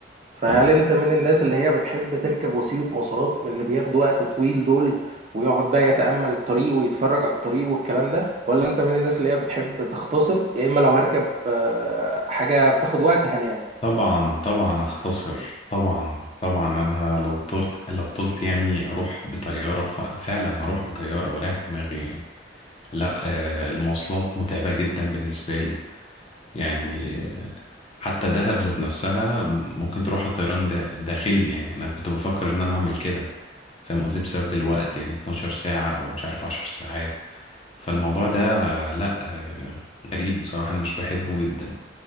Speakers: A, on the right; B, on the left.
A: فهل
B: مم.
A: انت من الناس اللي هي بتحب تركب وسيلة مواصلات من اللي بياخدوا وقت طويل دول ويقعد بقى يتأمل الطريق ويتفرج على الطريق والكلام ده ولا انت من الناس اللي هي بتحب تختصر يا اما لو هركب آه، حاجة بتاخد وقت هنام
B: طبعا طبعا اختصر طبعا طبعا انا لو طرت لو طلت يعني اروح بطياره ف... فعلا هروح بطياره واريح دماغي يعني لا آه، المواصلات متعبه جدا بالنسبه لي يعني حتى دهب ذات نفسها ممكن تروحها طيران دا- داخلي يعني انا كنت بفكر ان انا اعمل كده فاهم قصدي بسبب الوقت يعني 12 ساعة او مش عارف 10 ساعات فالموضوع ده لا آه، غريب بصراحة انا مش بحبه جدا